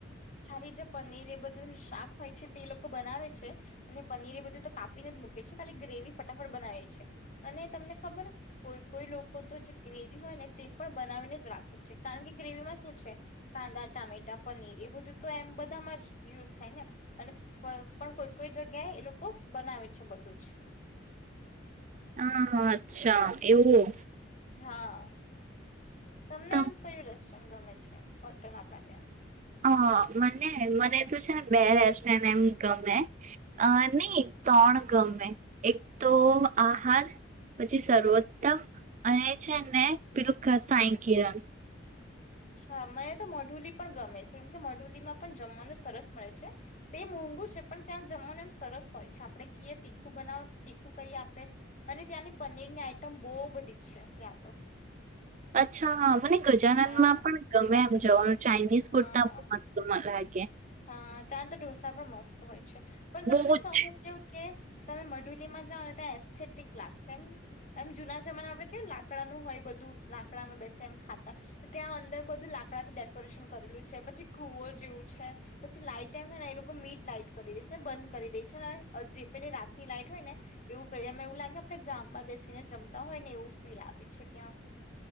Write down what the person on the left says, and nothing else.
ખાલી જે પનીર એ બધું શાક હોય છે તે એ લોકો બનાવે છે અને પનીર એ બધું તો કાપીને જ મૂકે છે ખાલી ગ્રેવી ફટ ફટાફટ બનાવે છે અને તમને ખબર કોઈ કોઈ લોકો તો જે ગ્રેવી હોય ને તે પણ બનાવીને જ રાખે છે કારણ કે ગ્રેવીમાં શું છે કાંદા ટામેટા પનીર એ બધું તો એમ બધામાં જ યુઝ થાય ને અને પર પણ કોઈ કોઈ જગ્યાએ એ લોકો બનાવે છે બધુંજ.
હા. તમને
એમ કયું રહ ગમે છે હોટલ આપડા ત્યાં?
અચ્છા મને તો મઢુલી પણ ગમે છે કેમ કે મઢુલીમાં પણ જમવાનું સરસ મળે છે તે મોંઘુ છે પણ ત્યાં જમવાનું એમ સરસ હોય છે આપણે કએ તીખું બનાવો તો તીખું કરી આપે અને ત્યાંની પનીરની આઈટમ બહુ બધી છે ત્યાં તો.
હા
હા
હા ત તો ડઢોસા પણ મસ્ત હોય. છ પણ તમને
સું
હુ કેવું કે તમે મઢુલીમાં જાઓ ને ત્યાં એસ્થેટિક લાગશે એમ એમ જુના જમાના આપડે કે લાકડાનું હોય બધું લાકડામાં બેસે એમ ખાતા તો ત્યાં અંદર બધું લાકડા થી ડેકોરેશન કરેલું છે પછી કુવર જેવું છે. પછી લાઈટ એમ હોય ને એ લોકો મીડ લાઈટ કરી દે છે બંધ કરી દે છે ને જે પે રાતની લાઈટ હોય ને એવું કરી દે એવું લાગે આપણે ગામમાં બેસીને જમતા હોય ને એવું ફીલ આવે છે ત્યાં.